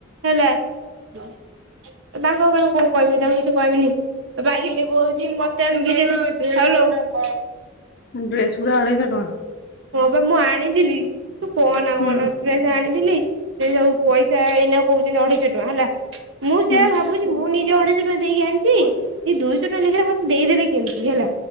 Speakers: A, on the right; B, on the left.
A: ହେଲା, ତାଙ୍କ କକୁ କଣ କହିବି ତାଙ୍କୁ କିଛି କହିବିନି କହୁଛି ମତେଲ।
B: ଡ୍ରେସକୁଡ଼ା ଆଡ଼େସ ଟଙ୍କା।
A: ହଁ ବା ମୁଁ ଆଣିଥିଲି। ତୁ କଣ
B: ହୁଁ
A: ଆ କଣ ଜାଣିଥିଲି। ସେ ସବୁ ପଇସା ଏଇନା କହୁଛନ୍ତି ଅଢେଇଶହ ଟଙ୍କା ହେଲା। ମୁଁ
B: ହୁଁ
A: ସେଆ ଭାବୁଛି ମୁଁ ନିଜ ଅଢେଇଶହ ଟଙ୍କା ଦେଇକି ଆଣିଛି ଏ ଦୁଇଶହ ଟଙ୍କା ଲେଖିଲା ମତେ ଦେଇଦେଲେ କେମିତି ହେଲା।